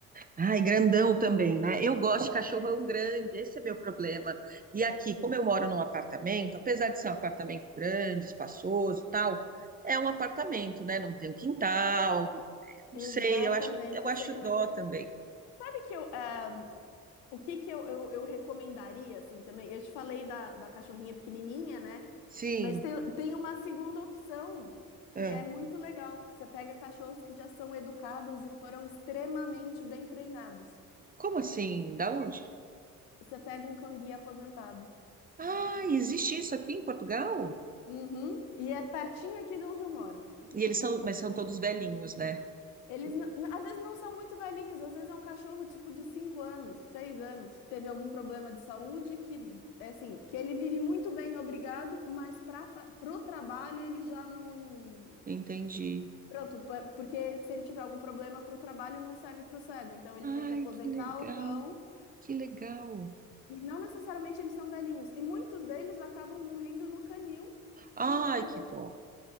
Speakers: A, on the right; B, on the left.
A: Ai, grandão também, né? Eu gosto de cachorrão
B: É,
A: grande, esse é meu problema. E aqui, como eu moro num apartamento, apesar de ser um apartamento grande, espaçoso, e tal, é um apartamento, né? Não tem um quintal. Não
B: exatamente,
A: sei, eu acho, eu
B: eu
A: acho
B: sei como
A: dó
B: é que é.
A: também.
B: Sabe que eu, ah, O que que eu, eu, eu recomendaria, assim, também? Eu te falei da, da cachorrinha pequenininha, né?
A: Sim.
B: Mas tem, tem uma segunda opção que
A: é.
B: é muito legal, que você pega cachorros que já são educados e foram extremamente bem treinados.
A: Como assim? Da onde?
B: Você pega um cão-guia aposentado.
A: Ah, existe isso aqui em Portugal?
B: Uhum. E é pertinho aqui de onde eu moro.
A: E eles são, mas são todos velhinhos, né?
B: Eles n- n- às vezes não são muito velhinhos, às vezes é um cachorro tipo de 5 anos, 6 anos, que teve algum problema de saúde, que é assim, que ele vive muito bem, obrigado, mas para pro trabalho ele já não.
A: Entendi.
B: Pronto, pa- porque se ele tiver algum problema pro trabalho não serve pro cego, então ele
A: Ai,
B: tem que aposentar
A: que legal.
B: o cão
A: Que legal.
B: e não necessariamente eles são velhinhos. E muitos deles acabam morrendo no canil,
A: Ai,
B: porque
A: que dó.